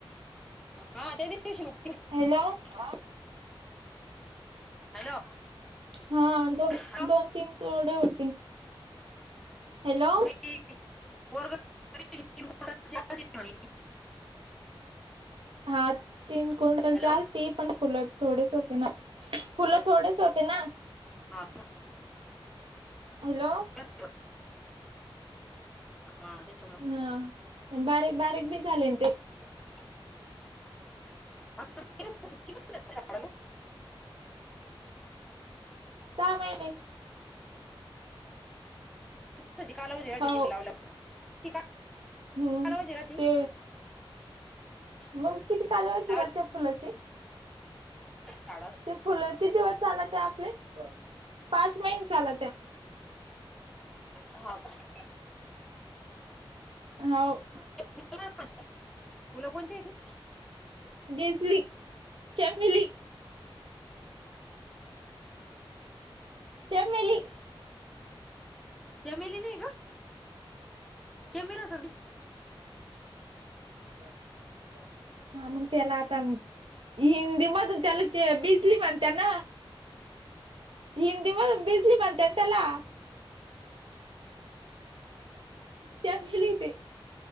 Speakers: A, in the centre; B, on the right (about 70°).
A: हा त्या दिवशी म्हणते
B: हॅलो, हां.
A: हॅलो
B: हां दोन,
A: हॅलो
B: दोन, तीन तोडे होते, हॅलो.
A: <inaudible> <unintelligible>
B: हा तीन कुंटलचे
A: हॅलो
B: आल ती पण फुलं थोडीच होती ना फुलं थोडीच होते ना.
A: <inaudible>
B: हॅलो.
A: <inaudible> काय म्हणतेस?
B: हं, पण, बारीक बारीक बी चाललवते.
A: <unintelligible> <unintelligible>
B: <unintelligible>
A: त्याजी कालावधी राहते.
B: हो
A: <unintelligible> ती
B: हम्म,
A: कालावधी राहते
B: ते मंग किती कालावधी
A: लावली
B: राहती फुलाची?
A: झाडं
B: ते फुलं, किती दिवस चालते आपले? पाच महिने. पाच महिने चालत्यात.
A: हां, काय?
B: हाव.
A: <unintelligible> फुलं कोणती हायती?
B: बिजली, चमबेली. चमेली.
A: चमेली नाही गं. चमेर असल.
B: <unintelligible> हा, मंग त्याला आता, हिंदी मधून त्याला बिजली म्हण त्यांन हिंदी मधुन बिजली म्हणत्यात त्याला. चपली ते.